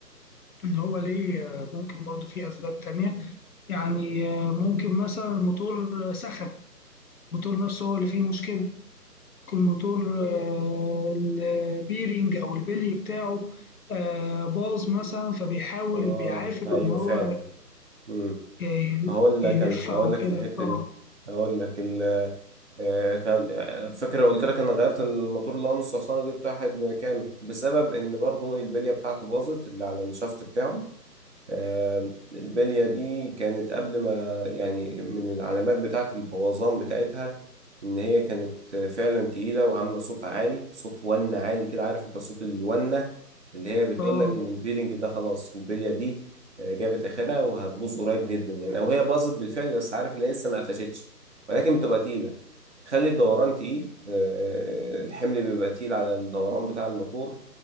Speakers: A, on the left (about 60°); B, on the right (about 45°).
A: إن هو ليه آه، ممكن برضو في أسباب تانية يعني آه، ممكن مثلا الموتور سخن الموتور نفسه هو اللي فيه مشكلة الموتور آه، البيرنج او البلي بتاعه آه، باظ مثلا فبيحاول
B: اه
A: بيعافر
B: ايوه
A: ان هو
B: فعلا امم
A: ي-
B: هقول
A: يلف
B: لك انا هقول
A: او كده
B: لك في الحته
A: اه
B: دي هقول لك ال آه، كان آه، فاكر قلت لك انا غيرت الموتور اللي هو نص حصان وجبت واحد مكانه بسبب ان برضو البليه بتاعته باظت اللي على الشافت بتاعه آم، البلية دي كانت قبل ما يعني من العلامات بتاعة البوظان بتاعتها إن هي كانت فعلا تقيلة وعاملة صوت عالي صوت ونة عالي كده عارف أنت صوت الونة اللي هي بتقولك
A: اه
B: إن البيرنج ده خلاص البلية دي آه، جابت آخرها وهتبوظ قريب جدا يعني أو هي باظت بالفعل بس عارف إن هي لسه ما قفشتش ولكن بتبقى تقيلة بتخلي الدوران تقيل آه، الحمل بيبقى تقيل على الدوران بتاع الموتور